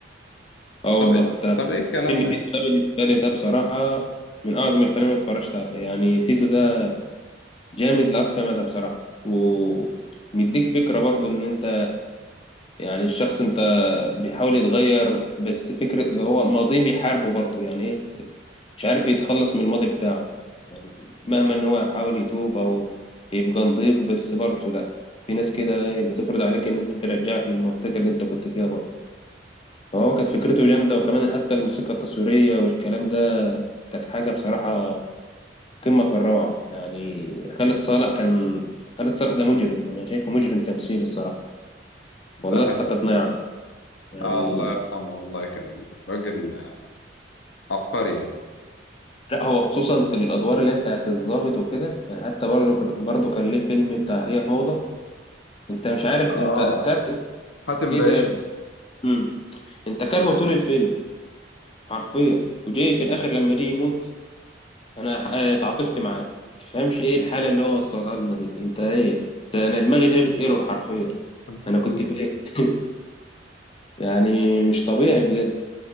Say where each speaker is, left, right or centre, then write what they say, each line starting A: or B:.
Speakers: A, on the left; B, on the left.
A: اه
B: طب
A: والله
B: إيه،
A: ده
B: طب ايه الكلام
A: فيلم
B: ده
A: تيتو ده بالنسبة لي ده بصراحة من أعظم الافلام اللي اتفرجت عليها يعني تيتو ده جامد لأقصى مدى بصراحة ومديك فكرة برضو إن أنت يعني الشخص أنت بيحاول يتغير بس فكرة اللي هو ماضيه بيحاربه برضو يعني إيه مش عارف يتخلص من الماضي بتاعه يعني مهما إن هو يحاول يتوب أو يبقى نضيف بس برضو لأ في ناس كده إيه بتفرض عليك إن أنت ترجعك للمنطقة اللي أنت كنت فيها برضو فهو كانت فكرته جامدة وكمان حتى الموسيقى التصويرية والكلام ده كانت حاجة بصراحة قمة في الروعة يعني خالد صالح كان خالد صالح ده مجرم أنا شايفه مجرم تمثيلي الصراحة
B: ده
A: والله افتقدناه
B: هي
A: يا عم. يعني
B: آه الله يرحمه والله كان راجل عبقري يعني
A: لا هو خصوصا في الأدوار اللي هي بتاعت الضابط وكده يعني حتى برضه برضه كان ليه فيلم بتاع هي فوضى أنت مش عارف
B: اه
A: أنت كاره
B: حاتم
A: إيه
B: باشا
A: ده يا ابني مم. أنت كارهه طول الفيلم حرفيا وجاي في الآخر لما جه يموت أنا تعاطفت معاه تفهمش إيه الحالة اللي هو وصلها لنا دي أنت إيه أنت أنا دماغي جابت إيرور حرفيا
B: <laughs>
A: أنا كنت فين <laughs> يعني مش طبيعي بجد